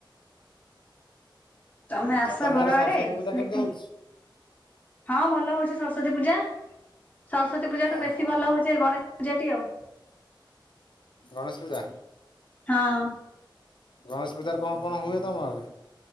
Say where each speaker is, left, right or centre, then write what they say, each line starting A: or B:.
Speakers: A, on the left; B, on the left.
A: ତମେ ଆସ
B: ଆଉ ତମ
A: ଘର ଆଡେ
B: ସରସ୍ଵତୀ ପୂଜା କେମିତି
A: ମିଟିଂ
B: ହଉଛି?
A: ହଁ ଭଲ ହଉଛି ସରସ୍ଵତୀ ପୂଜା। ସରସ୍ଵତୀ ପୂଜାଠୁ
B: ଓହୋ
A: ବେଶୀ ଭଲ ହଉଚେ ଗଣେଶ ପୂଜାଟି ଆଉ।
B: ଗଣେଶ ପୂଜା
A: ହଁ।
B: ଗଣେଶ ପୂଜାର କଣ କଣ ହୁଏ ତମରେ